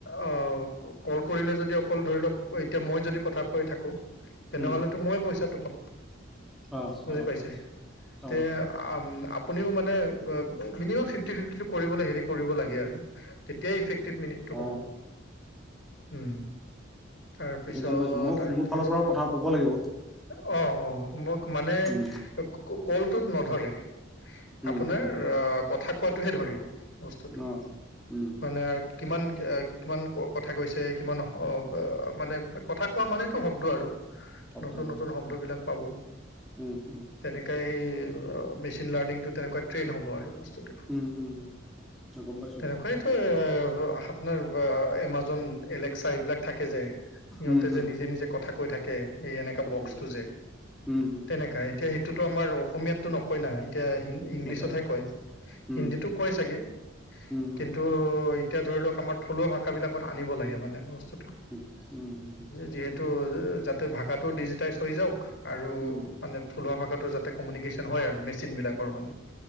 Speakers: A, on the left; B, in the centre.
A: অ' ক-কল কৰিলে যদি অকল ধৰি লওক, এতিয়া মই যদি কথা কৈ থাকো তেনেহ'লেতো
B: উম
A: মই পইচাটো <inaudible>
B: অ
A: বুজি
B: অ
A: পাইছে? তে,
B: অ
A: আম আপুনিও মানে, আব, মিনিমাম ফিফ্টি-ফিফ্টিটো কৰিবলৈ, হেৰি কৰিব লাগে আৰু। তেতিয়া ইফেক মিনিটটো হ'ব।
B: অ
A: উম। তাৰপিছত
B: সেইটো গম পাইছোঁ ময়ো
A: আৰু
B: মোৰ
A: কি
B: ফালৰ
A: আছিলে,
B: পৰাও কথা ক'ব লাগিব
A: অ', অ', মোক মানে,
B: উম,
A: কু, কু কলটোত নধৰে
B: উম,
A: আপোনাৰ
B: উম,
A: অ কথা কোৱাটোহে ধৰিব বস্তুটো
B: অঁ উম,
A: মানে আৰু কিমান কিমান ক কথা কৈছে কিমান মানে কথা কোৱা মানেতটো শব্দ আৰু
B: শব্দ
A: নতুন
B: উম,
A: নতুন শব্দবিলাক হ'ব
B: উম, উম,
A: তেনেকা সি তোমাৰ লিংটো তেনেকুৱা ট্ৰন হব আৰু
B: উম, উম, উম, গম পাইছোঁ
A: তেনেকুৱাইতো
B: বাৰু
A: এ আপোনাৰ বা এমাজন এলেক্সা এইবিলাক থাকে যে সিহঁতে
B: উম,
A: যে
B: উম,
A: নিজে নিজে কথা কৈ থাকে কে এই এনেকা
B: কৈ
A: বক্সটো
B: থাকে
A: যে
B: উম, উম,
A: তেনেকাা এতিয়া স সিটো আমাৰ অসমীয়াততো নকয় না এতিয়া ইংলিছতহে
B: নকয়
A: কয়
B: উম,
A: হিন্দীটো কয় চাগে
B: উম,
A: কিন্তু
B: উম,
A: এতিয়া ধৰি লক আমাৰ থলুৱা ভাষাবিলাক আনিব লাগে মানে বস্তু
B: উম, উম, উম,
A: যিহেতু যাতে ভাষা তাতো ডিজিটাইজ হৈ যাওক আৰু
B: উম,
A: মানে থলুৱা ভাষাত যাতে কমিউিকেশ্যন হয় আৰু মে চিন বিলাকৰ মানে